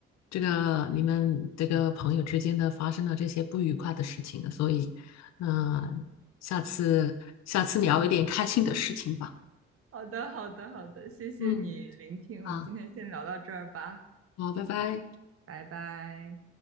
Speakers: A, on the left (about 60°); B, on the right (about 50°).
A: 这个你们这个朋友之间的发生了这些不愉快的事情，所以，嗯、下次下次聊一点开心的事情吧。
B: 好的，好的，好的，谢谢你聆听，
A: 嗯。啊，
B: 我们今天先聊到这儿吧，
A: 好，拜拜。
B: 拜拜。